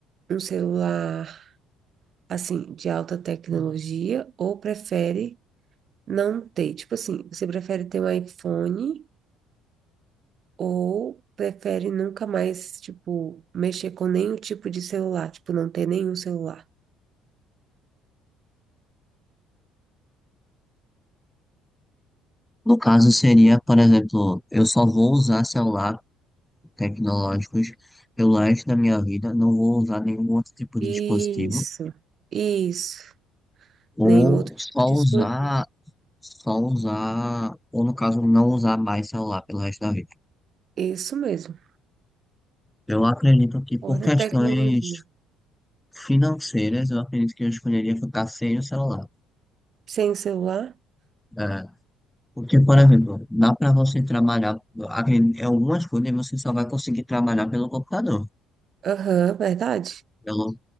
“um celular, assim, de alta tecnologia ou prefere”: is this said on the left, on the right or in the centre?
Right